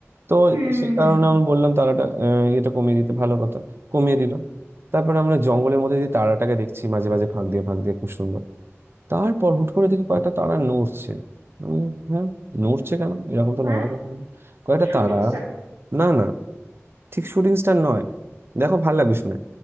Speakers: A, on the right; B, on the right.
A: তো
B: হুম হুম
A: সে কারণে
B: হুম হুম
A: আমি বললাম তারাটা আহ, এটা কমিয়ে দিতে ভালো কথা কমিয়ে দিল তারপরে আমরা জঙ্গলের মধ্যে দিয়ে তারাটাকে দেখছি মাঝে মাঝে ফাঁক দিয়ে ফাঁক দিয়ে খুব সুন্দর তারপর হুট করে দেখি কয়েকটা তারা নড়ছে আমি, হ্যাঁ নড়ছে কেন এরকম তো
B: হ্যাঁ
A: নড়ার কথা না। কয়েকটা
B: শুটিং
A: তারা
B: স্টার
A: না না ঠিক শুটিং স্টার নয় দেখো ভালো লাগবে শুনে